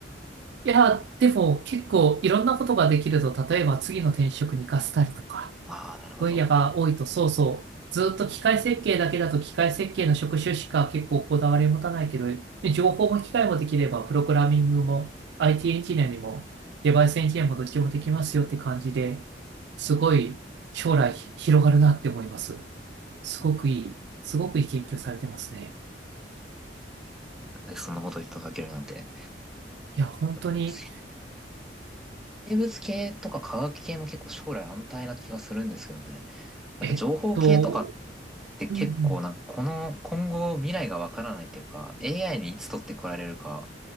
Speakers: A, on the right; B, in the centre.
A: いや、でも結構いろんなことができると、例えば次の転職に活かせたりとか、
B: ああ、なるほど。
A: 分野が多いと、
B: なん
A: そうそう、ずっと機械設計だけだと機械設計の職種しか結構こだわり持たないけど、ね情報も機械もできれば、プログラミングも IT エンジニアにもデバイスエンジニアもどっちもできますよって感じで、すごい将来ひ広がるなって思います。すごくいい、すごくいい研究されてますね。
B: でそんなこと言っていただけるなんて。でも
A: いや、本当に、
B: なんか生物系とか科学系も結構将来安泰な気がするんですけどね。やっぱ情報系とかっ
A: えっと、
B: て結構なんかこの今後未来がわからないっていうか
A: うんうん、
B: AI にいつ取ってこられるか